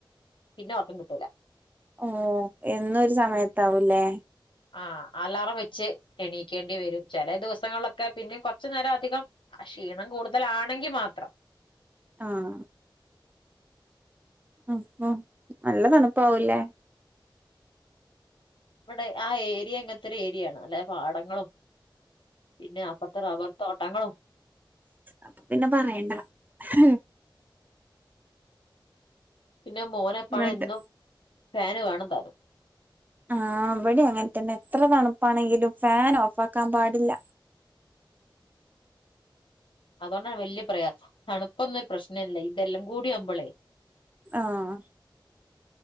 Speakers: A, on the left (about 75°); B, on the right (about 20°).
A: പിന്നെ ഉറക്കം കിട്ടൂല.
B: ഓ എന്നൊരു സമയത് ആാവു ല്ലേ.
A: ആ അലാറം വെച്ച് എണീക്കേണ്ടി വരും ചില ദിവസങ്ങളിലൊക്കെ പിന്നും കൊറച്ചു നേരം അധികം- ക്ഷീണം കൂടുതലാണെങ്കി മാത്രം.
B: ആഹ്. ഉ ഉ നല്ല തണുപ്പാവും ല്ലേ?
A: ഇവിടെ ആ ഏരിയ ഇങ്ങനത്തെ ഒരു ഏരിയാണ് അല്ലെ പാടങ്ങളും- പിന്നെ അപ്പുറത്തെ റബ്ബർ തൊട്ടഞ-
B: അപ്പൊ പിന്നെ പറയണ്ട. ഹ്
A: പിന്നെ മോനെപ്പാണ്
B: ന്നട്ട്
A: എന്നും ഫാന് വേണം താനും.
B: ആഹ് അവിടെ അങ്ങനന്നെ എത്ര തണുപ്പാണെങ്കിലും ഫാൻ ഓഫ് ആാക്കാൻ പാടില്ല.
A: അതൊണ്ടാണ് വല്യ പ്രയാസം. തണുപ്പൊന്നരു പ്രശ്നമല്ല ഇതെല്ലാം കൂടി ആകുമ്പോളേ.
B: ആഹ്